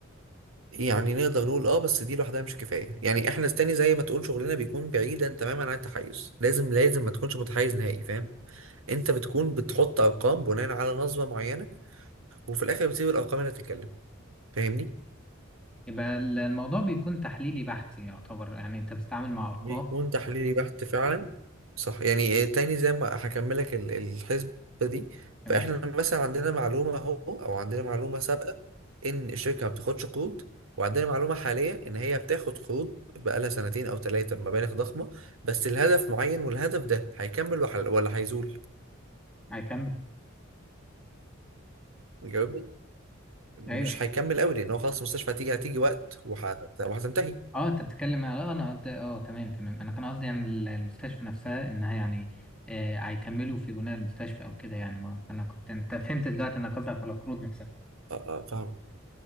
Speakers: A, on the right; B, in the centre.
A: يعني نقدر نقول اه بس دي لوحدها مش كفايه يعني احنا تاني زي ما تقول شغلنا بيكون بعيدا تماما عن التحيز لازم لازم ما تكونش متحيز نهائي فاهم انت بتكون بتحط ارقام بناء على نظره معينه وفي الاخر بتسيب الارقام اللي تتكلم فاهمني
B: يبقى ال- الموضوع بيكون تحليلي بحت يعتبر يعني انت بتتعامل مع ارقام
A: بيكون تحليلي بحت فعلا صح يعني إيه تاني زي ما هكملك ال- الحسبة دي
B: تمام
A: فاحنا مثلا عندنا معلومة اهو او عندنا معلومة سابقة ان الشركة ما بتاخدش قروض وعندنا معلومة حالية ان هي بتاخد قروض بقالها سنتين او ثلاثة بمبالغ ضخمة بس الهدف معين والهدف ده هيكمل وح- ولا هيزول
B: هيكمل
A: جاوبني مش
B: ايوه
A: هيكمل قوي لان هو خلاص المستشفى هتيجي هتيجي وقت وح- وهتنتهي
B: اه انت بتتكلم اه انا قصدي اه تمام تمام انا كان قصدي يعني ال- المستشفى نفسها انها يعني آه، هيكملوا في بناء المستشفى او كده يعني ما- انا كنت انت فهمت دلوقتي انا قصدك على القروض نفسها
A: آه، آه، فاهم